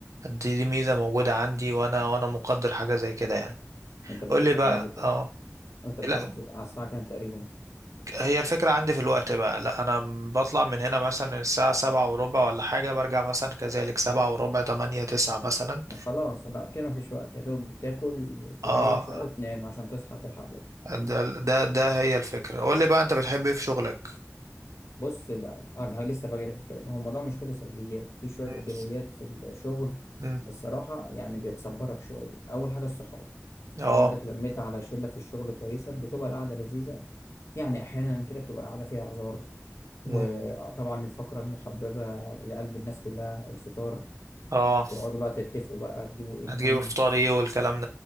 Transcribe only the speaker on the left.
أنت بت...
يعني
بت...
أنت بتروح
في... على الساعة كام تقريبا؟
خلاص لا كده مفيش وقت يا دوب تاكل تريح
شوية وتنام عشان تصحى تلحق بدري
بص لا أنا لسه بجري في الكلام هو الموضوع مش كله سلبيات في شوية
إيجابيات في الشغل
الصراحة يعني بتصبرك شوية أول حاجة الصحاب
لو أنت اتلميت على شلة في الشغل كويسة بتبقى القعدة لذيذة يعني أحيانا كده بتبقى القعدة فيها هزار وطبعا
الفقرة المحببة إلى قلب الناس كلها الفطار
تقعدوا بقى تتفقوا بقى تجيبوا إيه
منين